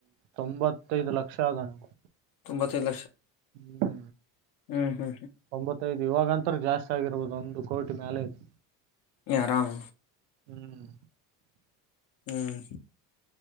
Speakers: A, on the right (about 90°); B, on the left (about 45°).
A: ತೊಂಬತ್ತೈದು ಲಕ್ಷ ಆದಗಣವು
B: ತೊಂಬತ್ತೈದು
A: ಹ್ಮ
B: ಹಾಂ ಹಾ
A: ಒಂಬತ್ತೈದು ಇವಾಗಂತ ಜಾಸ್ತಿ ಆಗಿರ್ಬೋದು ಒಂದು ಕೋಟಿ ಮ್ಯಾಲೇಜ್
B: ಆರಾಮ
A: ಹ್ಮ್
B: ಹ್ಮ್